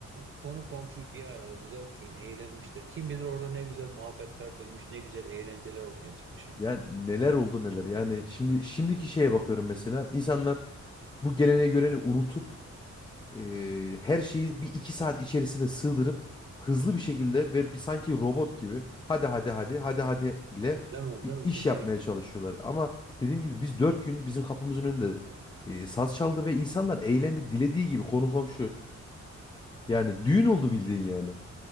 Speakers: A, on the right; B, on the left.
A: konu komşu bir arada dört gün eğlenmişler. Kim bilir orada ne güzel muhabbetler dönmüş, ne güzel eğlenceler ortaya çıkmış yani.
B: Ya neler oldu neler. Yani şimdi şimdiki şeye bakıyorum mesela. İnsanlar bu gelene göreni unutup e, her şeyi bir iki saat içerisine sığdırıp hızlı bir şekilde ve bir sanki robot gibi hadi hadi hadi hadi hadi ile
A: Değil mi?
B: bir
A: Değil mi?
B: iş
A: Kesinlikle.
B: yapmaya çalışıyorlar. Ama dediğim gibi biz dört gün bizim kapımızın önünde e, saz çaldı ve insanlar eğlendi dilediği gibi konu komşu. Yani düğün oldu bildiğin yani.